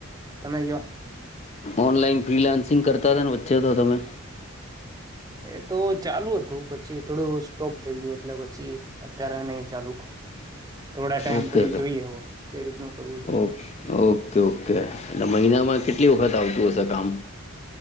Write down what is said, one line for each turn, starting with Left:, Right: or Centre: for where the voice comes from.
Right: તમે કયો
Left: ઓનલાઇન ફ્રિલાન્સીગ કર... <unintelligible> વચ્ચે છો તમે?
Right: એ તો ચાલુ હતું. પછી થોડું સ્ટોપ થઈ ગયું એટલે પછી અત્યારે નહી ચાલુ. થોડા ટાઈમ
Left: ઓકે
Right: પછી જોઈએ હવે કઈ રીતનું કરવું છે.
Left: ઓ ઓકે.. ઓકે.. એટલે મહિનામાં કેટલા.. ‌? કેટલી વખત આવતું હશે કામ?